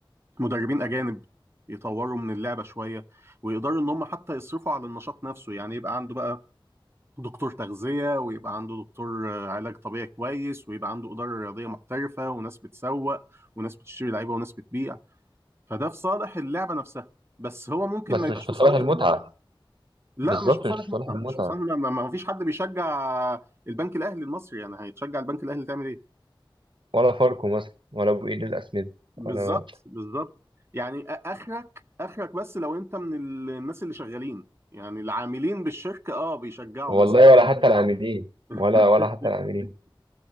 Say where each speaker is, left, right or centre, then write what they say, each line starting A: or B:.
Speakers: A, on the right; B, on the right.
A: مدربين اجانب يطوروا من اللعبه شويه ويقدروا ان هم حتى يصرفوا على النشاط نفسه يعني يبقى عنده بقى دكتور تغذية ويبقى عنده دكتور آه، علاج طبيعي كويس ويبقى عنده إدارة رياضية محترفة وناس بتسوق وناس بتشتري لعيبة وناس بتبيع فده في صالح اللعبة نفسها بس هو ممكن
B: بس
A: ما يبقاش
B: مش في
A: في
B: صالح
A: صالح
B: المتعه
A: الجماهير لا
B: بالظبط
A: مش في صالح
B: مش في صالح
A: مطعم
B: المتعه
A: مش في صالح ما, ما ما فيش حد بيشجع البنك الأهلي المصري يعني هيتشجع البنك الأهلي تعمل إيه
B: ولا فاركو مثلا ولا ابو ايد الاسمده
A: بالظبط
B: ولا
A: بالظبط يعني آ- آخرك آخرك بس لو أنت من ال- الناس اللي شغالين يعني العاملين بالشركة اه بيشجعوا
B: والله
A: مثلا
B: ولا حتى العاملين
A: <laughs>
B: ولا ولا حتى العاملين